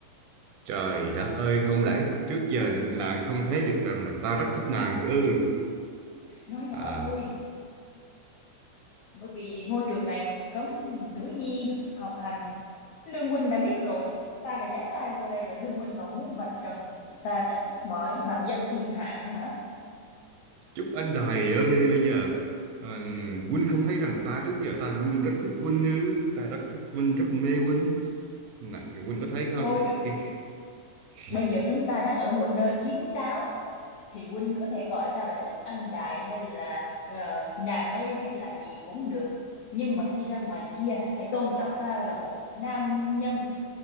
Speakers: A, on the right; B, on the left.
A: trời đất ơi không lẽ trước giờ nàng không thấy được rằng là ta rất thích nàng ư
B: nói nhỏ
A: à
B: thôi bởi vì ngôi trường này cấm nữ nhi học hành lương huynh đã biết rồi ta đã giá trai vô đây rồi lương huynh còn muốn vạch trần ta trước mọi bàn dân thiên hạ nữa hả
A: Chúc anh đài ơi bây giờ à, Quân không thấy rằng ta trước giờ ta luôn rất thích Quân ư ta rất thích Quân rất mê Quân này Quân có thấy không
B: thôi được
A: Khi-
B: rồi
A: khi-
B: bây giờ chúng ta đang ở một nơi kín đáo thì huynh có thể gọi ta là Trúc Anh Đài hay là ờ, nàng ơi hay là gì cũng được nhưng mà khi ra ngoài kia hãy tôn trọng tao là một nam nhân